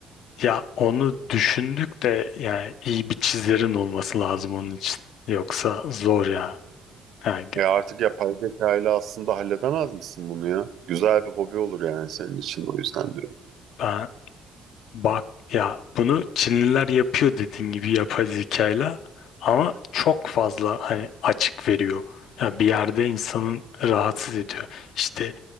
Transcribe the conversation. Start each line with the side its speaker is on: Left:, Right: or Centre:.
Left: Ya onu düşündük de yani iyi bir çizerin olması lazım onun için. Yoksa zor ya. Yani
Right: E artık yapay zeka ile aslında halledemez misin bunu ya? Güzel bir hobi olur yani senin için o yüzden diyorum.
Left: ben Bak ya bunu Çinliler yapıyor dediğin gibi yapay zekayla ama çok fazla hani açık veriyor. Ya bir yerde insanın rahatsız ediyor. İşte